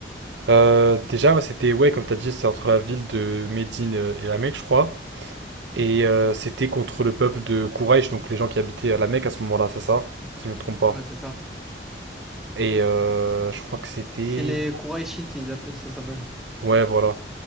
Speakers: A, on the right; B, in the centre.
A: Euh, déjà, ouais, c'était, ouais, comme t'as dit, c'était entre la ville de Médine euh, et la Mecque, je crois. Et euh, c'était contre le peuple de Quraysh, donc les gens qui habitaient à la Mecque à ce moment-là, c'est ça? Si je me trompe pas.
B: ouais c'est ça
A: Et euh, je crois que c'était...
B: c'est les Qurayshites ils appellent ça s'appelle
A: Ouais, voilà.